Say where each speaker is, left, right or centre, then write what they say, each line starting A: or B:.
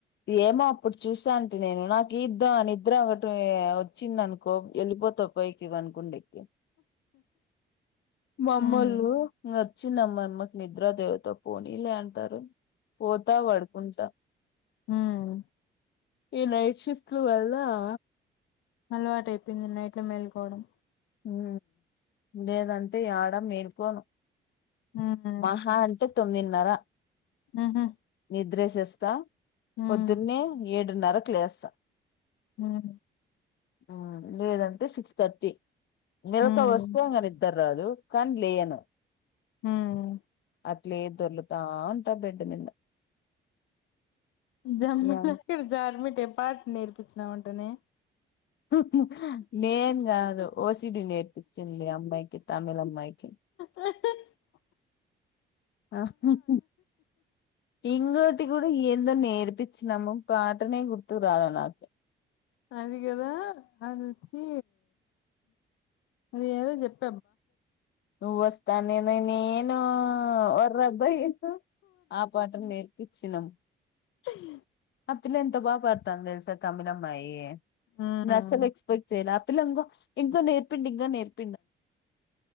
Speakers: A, on the left (about 65°); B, on the left (about 80°).
A: ఏమో అప్పుడు చూస్థా ఉంటీ నేను నాకు ఈద్ద నిద్ర ఒకటి వచ్చిందనుకో వెళ్ళిపో ఉత్త పైకి వాని కుండెక్కి మామ్మోలు
B: ఉమ్
A: ఇంగత్ వచ్చిందమ్మ మామ్మమ్మకి నిద్రా దేవత పోనీ లే అంటరు పోతా వడుకుంటా
B: ఉమ్
A: ఈ నైట్ షిఫ్ట్లు వెళ్ళావా
B: అలవాటు అయిపోయింది నైట్ల మేలుకోవడం
A: ఊ లేదంటే ఏడ మేలుకోను
B: ఉమ్
A: మహా అంటే తొమ్మిదిన్నర
B: ఉహు
A: నిద్రేసేస్తా
B: ఉమ్
A: పొద్దున్న ఏడున్నరకి లేస్తా
B: హ్మ్
A: హు లేదంటే సిక్స్ థర్టీ మెలకువొస్తే
B: ఉమ్
A: ఇంగ నిద్దర్ రాదు కానీ లేయను
B: ఉమ్
A: అట్లే దొర్లుతా ఉంటా బెడ్డు మీదా
B: జమ్మలకడి
A: ఏం
B: జార్మిటాయా పాట నేర్పించినావంటనే
A: హ్ హ్ నేన్ కాదు ఓసిడి నేర్పించింది అమ్మాయికి తమిళమ్మాయికి
B: ఆహా హ్
A: అహహ ఇంగోటి కూడా ఎందో నేర్ ర్పిచినాము పాటనే గుర్తురాలే నాకు
B: అది కదా అది వచ్చి అది ఏదో చెప్
A: నువ్వొస్తా నేన్ నేను వోర్రబ్బయా ఆ పాట నేర్పించినం
B: ఆహ్
A: ఆ పిల్ల ఎంత బాగా పాడుతాంది తెలిసా తమిళమ్మాయి
B: ఉమ్
A: అసలు ఎక్స్పెక్ట్ చేయలే ఆపిల్ల ఇంగో ఇంకా నేర్పియ్యండి ఇంకా నేర్పియ్యండి